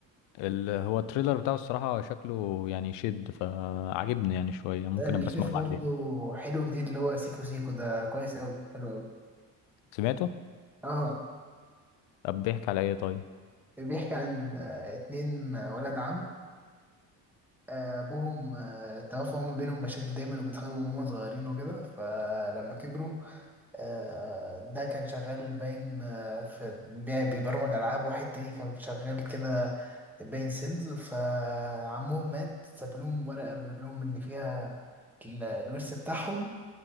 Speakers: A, on the left; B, in the centre.
A: ال... هو التريلر بتاعه الصراحة شكله يعني شد فعجبني يعني شوية ممكن
B: ده اللي
A: أبقى
B: شايف
A: أسمعه بعدين
B: برضو حلو جديد اللي هو سيكو سيكو ده كويس قوي حلو قوي
A: سمعته؟
B: اه
A: طب بيحكي على إيه طيب؟
B: بيحكي عن آه اتنين آه، ولد عم آه ابوهم آه توفى وما بينهم مشاكل دايما وبيتخانقوا من هما صغيرين وكده فلما كبروا آه، ده كان شغال باين آه، في بي- بيبرمج ألعاب واحد تاني كان شغال كده باين سيلز فعمهم مات ساب لهم ورقة بيقول لهم إن فيها ال- الورث بتاعهم